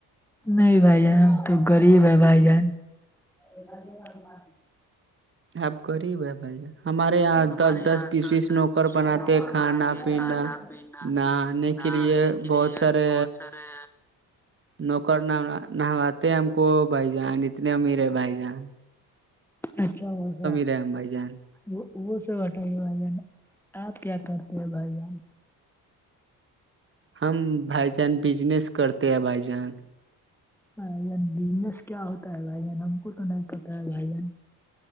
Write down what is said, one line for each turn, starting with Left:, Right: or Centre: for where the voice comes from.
Centre: نہیں بھائی جان تو غریب ہے بھائی جان <unintelligible>
Right: آپ غریب ہے بھائی جان ہمارے یہاں
Centre: ہمارے
Right: دس دس
Centre: یہاں
Right: بیس بیس
Centre: دس
Right: نوکر
Centre: پیسس
Right: بناتے
Centre: نوک
Right: کھانا
Centre: بناتتے
Right: پینا
Centre: کھڈا پ نہ
Right: نہانے
Centre: نہ
Right: کے لیے
Centre: لیکن
Right: بہت
Centre: یہ
Right: سارے
Centre: بہت سارے
Right: نوکر نام نہواتے ہم کو بھائی جان اتنے امیر ہے بھائی جان
Centre: اچھا وہ س
Right: امبائی جان
Centre: وہ وہ سے بتائیے بھائی جان آپ کیا کرتے ہیں بھائی جان
Right: ہم بھائی جان بجنس کرتے ہیں بھائی جان
Centre: بائی بزنس کیا ہوتا ہے بھائی جن ہم کو تو نہیں پتا ہے بھائی جن